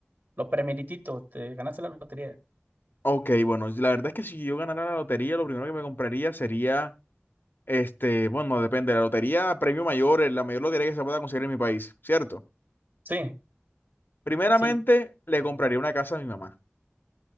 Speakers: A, on the right; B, on the left.
A: Lo primeritito, te ganaste la lotería.
B: Ok, bueno, la verdad es que si yo ganara la lotería, lo primero que me compraría sería, este, bueno, depende, la lotería, premio mayor, eh, la mayor lotería que se pueda conseguir en mi país, ¿cierto?
A: Sí,
B: Primeramente,
A: sí,
B: le compraría una casa a mi mamá.